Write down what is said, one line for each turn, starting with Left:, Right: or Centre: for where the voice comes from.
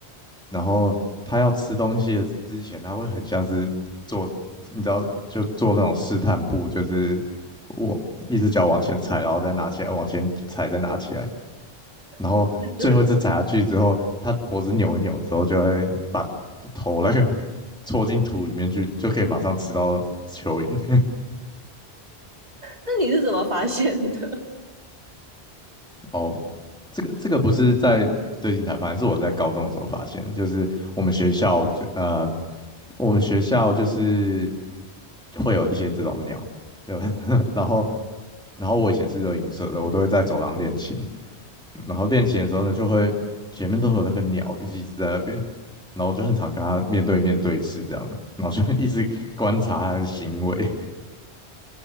Centre: 然后它要吃东西的之前，它会很像是做，你知道，就做那种试探步，就是我一只脚往前踩，然后再拿起来，往前踩，再拿起来。然后最后一次踩下去之后，
Right: 感觉
Centre: 它脖子扭一扭之后，就会把头那个 <laughs> 戳进土里面去，就可以马上吃到蚯蚓。
Right: 那你是怎么发现的？
Centre: <laughs> 哦，这个这个不是在最近才发现，是我在高中的时候发现的，就是我们学校就呃，我们学校就是会有一些这种鸟，对吧？<laughs> 然后然后我以前是热音社的，我都会在走廊练琴，然后练琴的时候呢，就会前面都会有那个鸟一直在那边，然后我就很常跟它面对面对视这样，然后就一直观察它的行为，